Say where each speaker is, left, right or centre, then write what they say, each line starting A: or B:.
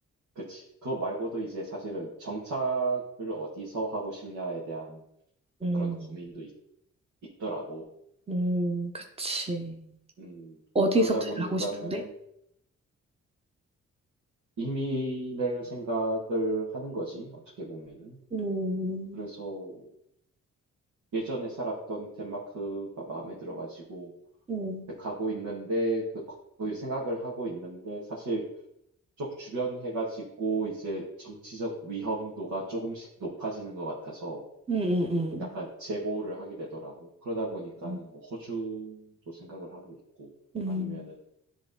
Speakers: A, on the right; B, on the right.
A: 그치. 그거 말고도 이제 사실은 정착을 어디서 하고 싶냐에 대한
B: 음,
A: 그런 고민도 있, 더라고
B: 음, 그치.
A: 음,
B: 어디서
A: 그러다
B: 제일
A: 보니까는
B: 하고 싶은데?
A: 이민을 생각을 하는 거지, 어떻게 보면은.
B: 음,
A: 그래서 예전에 살았던 덴마크가 마음에 들어가지고
B: 음,
A: 가고 있는데, 그, 거기 생각을 하고 있는데, 사실 쪽 주변 해가 지고 이제 정치적 위험도가 조금씩 높아지는 것 같아서
B: 음, 음,
A: 약간 재고를 하게 되더라고. 그러다 보니까는
B: 음.
A: 뭐 호주도 생각을 하고 있고
B: 음.
A: 아니면은